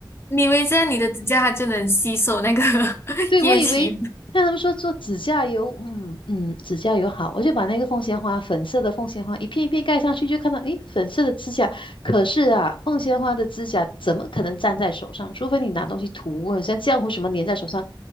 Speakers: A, on the left (about 30°); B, on the left (about 80°).
A: 你以为这样你的指甲它就能吸收那个 <laughs>
B: 对，
A: 液体吗，
B: 我以为那他们说做指甲油，嗯嗯，指甲油好，我就把那个凤仙花粉色的凤仙花一片一片盖上去，就看到诶，粉色的指甲。可是啊，凤仙花的指甲怎么可能粘在手上？除非你拿东西涂，像浆糊什么粘在手上，